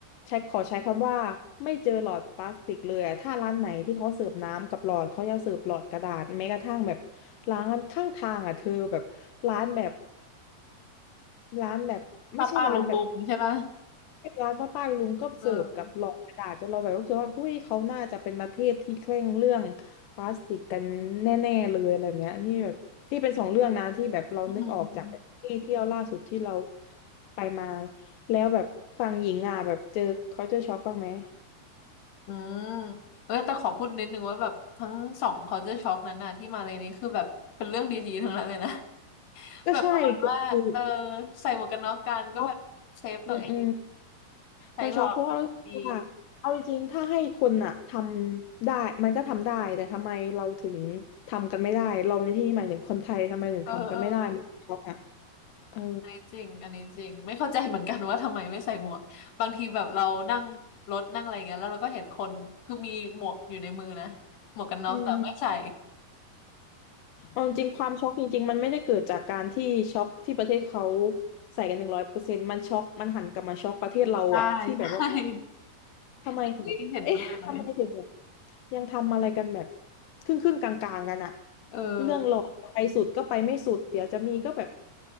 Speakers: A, on the left; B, on the left.
A: ใช้ขอใช้คำว่าไม่เจอหลอดพลาสติกเลยอะถ้าร้านไหนที่เขาเสิร์ฟน้ำกับหลอดเขาจะเสิร์ฟหลอดกระดาษแม้กระทั่งแบบร้านข้างทางอะเธอแบบร้านแบบ ร้านแบบไม่ใช่ร้านแบบ
B: ป้าป้าลุงลุงใช่ปะ
A: ร้านป้าป้าลุงก็เสิร์ฟกับหลอดกระดาษจนเราแบบรู้สึกว่าหุ้ยเขาน่าจะเป็นประเทศที่เคร่งเรื่องพลาสติกกันแน่ๆเลยอะไรแบบเนี้ยนี่แบบที่เป็นสองเรื่องนะที่แบบเรานึกออกจากแบบที่เที่ยวล่าสุดที่เรา
B: เอออืม
A: ไปมาแล้วแบบฝั่งหญิงอ่ะแบบเจอเขาเจอช็อกบ้างไหม
B: อืมเออแต่ขอพูดนิดนึงว่าแบบทั้งสองเขาจะช็อกนั้นน่ะที่มาเลยนี้คือแบบเป็นเรื่องดีๆทั้งนั้นเลยนะ <laughs>
A: ก็ใช่ก็คือ
B: แบบประมาณว่าเออใส่หมวกกันน็อกกันก็แบบเซฟตัวเอง
A: ช็อกอืม
B: ใช้หลอกดี
A: มันช็อกเพราะว่ารู้สึกว่าเอาจริงๆ ถ้าให้คนอะทำได้มันก็ทำได้แต่ทำไมเราถึงทำกันไม่ได้เราในที่นี้หมายถึงคนไทยทำไมถึงทำกันไม่ได้มันช็อกอะ
B: เออเออ
A: เออ
B: อันนี้จริงอันนี้จริง ไม่เข้าใจเหมือนกันว่าทำไมไม่ใส่หมวกบางทีแบบเรานั่งรถนั่งอะไรเงี้ยแล้วเราก็เห็นคน คือมีหมวกอยู่ในมือนะหมวกกันน็อกแต่ไม่ใส่
A: อืมเอาจริงๆความช็อกจริงๆ มันไม่ได้เกิดจากการที่ช็อกที่ประเทศเขาใส่กันหนึ่งร้อยเปอร์เซ็นต์มันช็อกมันหันกลับมาช็อกประเทศเราอะที่แบบว่า
B: ใช่ใช่ <laughs>
A: ทำไมแบบเอ๊ะทำไมถึงแบบ
B: อันนี้เห็นด้วยเลย
A: ยังทำอะไรกันแบบครึ่งครึ่งกลางกลางๆกันอะ
B: เออ
A: เรื่องหลอดไปสุดก็ไปไม่สุดเดี๋ยวจะมีก็แบบ